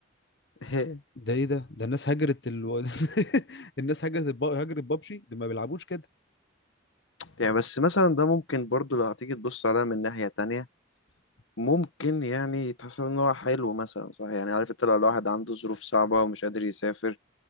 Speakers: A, on the left; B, on the left.
A: <laughs>
B: ده ايه ده ده الناس هجرت ال... <laughs> الناس هجرت الب... هجرت بابجي دول ما بيلعبوش كده
A: يعني بس مثلا ده ممكن برضو لو هتيجي تبص عليها من ناحية تانية ممكن يعني يتحسب ان هو حلو مثلا صح يعني عارف انت لو الواحد عنده ظروف صعبة ومش قادر يسافر